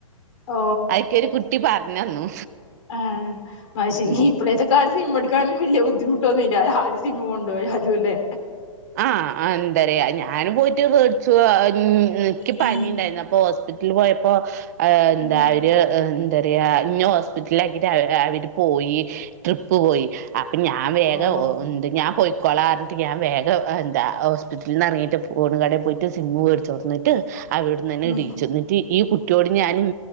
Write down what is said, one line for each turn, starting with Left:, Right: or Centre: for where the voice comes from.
Left: ഓ
Right: അയിക്കൊരു കുട്ടി പറഞ്ഞന്നു
Left: ആ വശ
Right: ഉം
Left: ഇപ്പോഴേത്തെൊ..... ക്കാല സിമ എടുക്കാനും വലിയ ബു ദ്ധിമുട്ടൊന്നുല്ല ആര് സിം കൊണ്ടു പോയാ ലും ല്ലേ......
Right: ആഹ എന്താ പറയാ ഞാനൻ പോയിട്ട് മേടിച്ചു എക്ക് പനിണ്ടായിരുന്നു
Left: ഉം
Right: അപ്പൊ ഹോസ്പി...... ഹോസ്പിററലിപോയപ്പോ് എന്താ.....
Left: ഉം
Right: അവ ര് ന്താ റയാ ഇന്ന ഹോസ്പിറ്റല ആാക്കിട്ട് അവര് പോയി ട്രിപ്പ് പോയി. അപ്പൊ ഞാൻ വേഗം
Left: ഓഹ്
Right: ഞാൻ പോയിക്കൊളാ റഞ്ഞട്ട് ഞാൻ വേഗം. എന്താ ഹോസ്പിറ്റലിൽ നിന്ന് ഇറങ്ങിട്ട് ഫോണ് കടയിൽ പോയിട്ട് സിം മേടിച്ചുർന്നിട്ട്...... അവിടെ നിന്ന്ന്നെടീച്ച......
Left: ഉം
Right: ഈ കുട്ടിയോട് ഞാനും